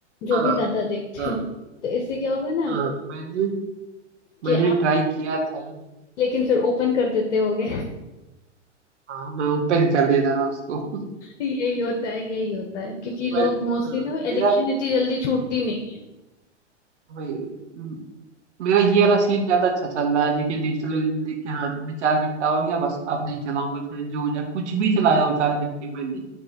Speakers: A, on the left; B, on the right.
A: जो
B: हाँ
A: भी ज्यादा देखते
B: हाँ
A: हो तो इससे क्या होगा ना
B: हाँ मैंने
A: कि
B: मैंने
A: आप
B: ट्राई किया था ये
A: लेकिन फिर ओपन कर देते होगे <laughs>
B: हाँ मैं ओपन कर देता था उसको
A: यही होता है यही होता है क्योंकि
B: <laughs>
A: लोग
B: बट
A: मोस्टली
B: हाँ
A: ना
B: मेरा
A: एडिक्शन इतनी जल्दी छूटती नहीं
B: भाई म- मेरा ये वाला सीन ज्यादा अच्छा चल रहा है देखिए डिजिटल लिमिट देख के हाँ मैं चार घंटा हो गया बस अब नहीं चलाऊंगा चाहे जो हो जाए कुछ भी चलाया हो चार घंटे मैंने